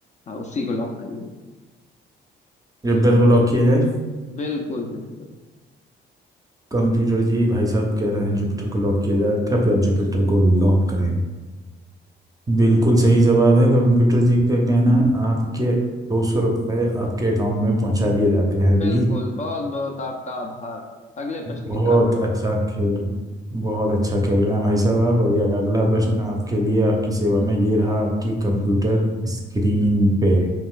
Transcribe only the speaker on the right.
जुपिटर को लॉक किया जाए
कंप्यूटर जी भाई साहब कह रहे हैं जुपिटर को लॉक किया जाए कृपया जुपिटर को लॉक करें बिल्कुल सही जवाब है कंप्यूटर जी का कहना है आपके दो सौ रुपये आपके अकाउंट में पहुंचा दिए जाते हैं अभी
बहुत
अच्छा
खेल रहे हैं, बहुत अच्छा खेल रहे हैं भाई साहब आप और ये अगला प्रश्न आपके लिए आपकी सेवा में ये रहा आपकी कंप्यूटर स्क्रीन पे